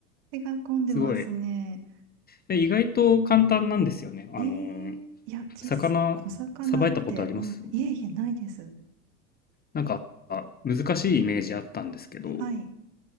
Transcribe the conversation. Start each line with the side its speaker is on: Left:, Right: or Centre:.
Right: 手が込んでますね。
Left: すごい。で意外と簡単なんですよね。あのー
Right: えー、いや、小さい。
Left: 魚さばいたことあります
Right: 小魚って、うん、いえいえ、ないです。
Left: なんか、難しいイメージあったんですけど、
Right: はい。